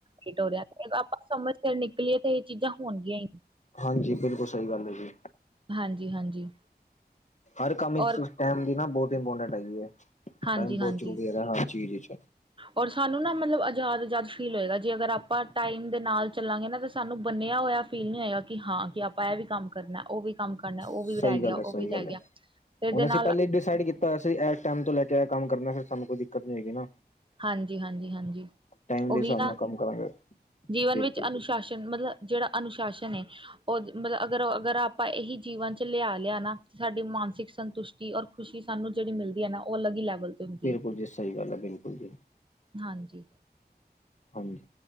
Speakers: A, on the right; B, on the left.
A: ਲੇਟ ਹੋ ਰਿਹਾ ਤੇ ਆਪਾਂ ਸਮੇਂ ਸਿਰ ਨਿਕਲੀਏ ਤੇ ਇਹ ਚੀਜ਼ਾਂ ਹੋਣਗੀਆਂ ਹੀ।
B: ਹਾਂਜੀ ਬਿਲਕੁਲ ਸਹੀ ਗੱਲ ਹੈ ਜੀ।
A: ਹਾਂਜੀ-ਹਾਂਜੀ।
B: ਹਰ ਕੰਮ ਵਿੱਚ
A: ਔਰ
B: ਟਾਈਮ ਦੀ ਨਾ ਬਹੁਤ ਇੰਪੋਰਟੈਂਟ ਹੈਗੀ ਹੈ
A: ਹਾਂਜੀ-ਹਾਂਜੀ
B: ਟਾਈਮ ਬਹੁਤ ਜ਼ਰੂਰੀ ਹੈ ਹਰ ਚੀਜ਼ ਵਿਚ।
A: ਔਰ ਸਾਨੂੰ ਨਾ ਮਤਲਬ ਆਜ਼ਾਦ-ਆਜ਼ਾਦ ਫੀਲ ਹੋਏਗਾ ਜੇ ਅਗਰ ਆਪਾਂ ਟਾਈਮ ਦੇ ਨਾਲ ਚੱਲਾਂਗੇ ਨਾ ਤਾਂ ਸਾਨੂੰ ਬੰਨਿਆ ਹੋਇਆ। ਫੀਲ ਨਹੀਂ ਹੋਏਗਾ ਕਿ ਹਾਂ ਕਿ ਆਪਾਂ ਇਹ ਵੀ ਕੰਮ ਕਰਨਾ ਉਹ ਵੀ। ਕੰਮ ਕਰਨਾ ਉਹ
B: ਸਹੀ
A: ਵੀ ਰਹਿ
B: ਗੱਲ
A: ਗਿਆ, ਉਹ
B: ਹੈ
A: ਵੀ
B: ਸਹੀ ਗੱਲ
A: ਰਹਿ ਗਿਆ
B: ਹੈ
A: ਤੇ ਇਹਦੇ
B: ਹੁਣ
A: ਨਾਲ।
B: ਅਸੀਂ ਪਹਿਲੇ ਡਿਸਾਈਡ ਕੀਤਾ। ਤਾਂ ਅਸੀ ਇਸ ਟਾਈਮ ਤੋਂ ਲੈ ਕੇ ਏ ਕੰਮ ਕਰਨਾ ਫਿਰ ਸਾਨੂੰ ਕੋਈ ਦਿੱਕਤ ਨਹੀਂ ਹੈਗੀ ਨਾ।
A: ਹਾਂਜੀ-ਹਾਂਜੀ-ਹਾਂਜੀ
B: ਟਾਈਮ
A: ਉਹੀ
B: ਦੇ ਹਿਸਾਬ
A: ਨਾ
B: ਨਾਲ ਕੰਮ ਕਰਾਂਗੇ
A: ਜੀਵਨ
B: ਬਿਲਕੁਲ
A: ਵਿੱਚ ਅਨੁਸ਼ਾਸਨ
B: ਜੀ
A: ਮਤਲਬ। ਜਿਹੜਾ ਅਨੁਸ਼ਾਸਨ ਹੈ। ਉਹ ਮਤਲਬ ਅਗਰ ਅਗਰ ਆਪਾਂ ਇਹੀ ਜੀਵਨ ਚ ਲਿਆ ਲਿਆ ਨਾ ਸਾਡੀ ਮਾਨਸਿਕ ਸੰਤੁਸ਼ਟੀ ਔਰ ਖੁਸ਼ੀ ਸਾਨੂੰ ਜਿਹੜੀ ਮਿਲਦੀ ਹੈ ਨਾ ਉਹ ਅਲੱਗ ਲੈਵਲ ਤੇ ਹੁੰਦੀ
B: ਬਿਲਕੁਲ
A: ਹੈ
B: ਜੀ ਸਹੀ ਗੱਲ ਹੈ ਬਿਲਕੁਲ ਜੀ।
A: ਹਾਂਜੀ।
B: ਹਾਂਜੀ